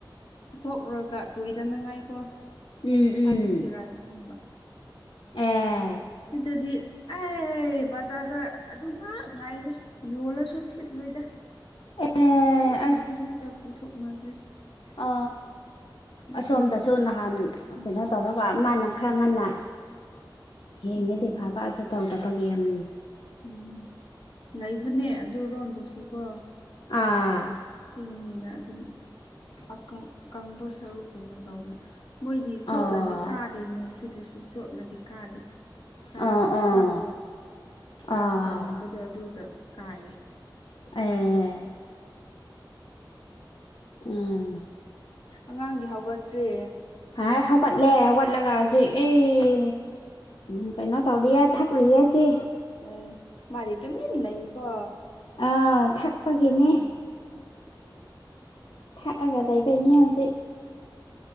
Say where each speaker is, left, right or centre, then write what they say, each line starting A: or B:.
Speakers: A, on the left; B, on the left.
A: ꯐꯨꯊꯣꯛꯎꯒ ꯇꯣꯏꯗꯅꯉꯥꯏꯀꯣ
B: ꯎꯝ
A: ꯑꯩꯅ ꯊꯥꯕꯤꯁꯤꯔꯅ
B: ꯎꯝ
A: ꯈꯟꯕ
B: ꯑꯦ
A: ꯁꯤꯗꯗꯤ ꯑꯩ ꯕꯖꯥꯔꯗ ꯑꯗꯨ ꯉꯥꯛ ꯉꯥꯏꯔꯦ ꯌꯣꯜꯂꯁꯨ ꯁꯤꯠꯂꯣꯏꯗ
B: ꯑꯦ
A: ꯂꯣꯏꯅ
B: ꯑꯁ
A: ꯑꯗꯨꯃꯛꯇ ꯄꯨꯊꯣꯛꯅꯈ꯭ꯔꯦ
B: ꯑ ꯑꯁꯣꯝꯗꯁꯨ
A: ꯍꯌꯦꯡ
B: ꯅꯍꯥꯟ
A: ꯎꯝ
B: ꯀꯩꯅꯣ ꯇꯧꯔ ꯀ ꯃꯥꯅ ꯈꯔ ꯉꯟꯅ ꯌꯦꯡꯒꯗꯤ
A: ꯎꯝ
B: ꯐꯕ ꯑꯗꯨ ꯇꯧꯗꯕꯒꯤ ꯌꯝ
A: ꯎꯝ ꯂꯩꯕꯅꯦ ꯑꯗꯨ ꯔꯣꯝꯗꯨꯁꯨ ꯀꯣ
B: ꯑꯥ
A: ꯆꯤꯡꯅꯤꯅ ꯑꯗꯨꯝ ꯑꯀꯪ ꯀꯪꯕ ꯁꯔꯨꯛ ꯀꯩꯅꯣ ꯇꯧꯅ ꯃꯣꯏꯗꯤ
B: ꯑꯣ
A: ꯆꯣꯠꯂꯗꯤ ꯀꯥꯗꯦꯅꯦ ꯁꯤꯗꯁꯨ ꯆꯣꯠꯂꯗꯤ ꯀꯥꯗꯦ ꯈꯔ
B: ꯑꯣ
A: ꯂꯩꯕꯥꯛꯇꯣ
B: ꯑꯣ
A: ꯈꯔ
B: ꯑꯣ
A: ꯀꯪꯕꯗꯣ ꯑꯗꯨꯗ ꯀꯥꯏꯌꯦ
B: ꯑꯦ ꯎꯝ
A: ꯑꯉꯥꯡꯗꯤ ꯍꯧꯒꯠꯇ꯭ꯔꯦ
B: ꯍꯥꯏ ꯍꯧꯒꯠꯂꯦ ꯍꯧꯒꯠꯂꯒ ꯍꯧꯖꯤꯛ
A: ꯑꯦ
B: ꯑꯩ ꯎ ꯀꯩꯅꯣ ꯇꯥꯎꯔꯤꯌꯦ ꯊꯛꯂꯤꯌꯦ ꯆꯦ
A: ꯑꯩ ꯃꯥꯗꯤ ꯇꯨꯃꯤꯟ ꯂꯩꯌꯦꯀꯣ
B: ꯑ ꯊꯛꯄꯒꯤꯅꯦ
A: ꯎꯝ ꯑꯥ
B: ꯊꯛꯑꯒ ꯂꯩꯕꯩꯅꯤ ꯍꯧꯖꯤꯛ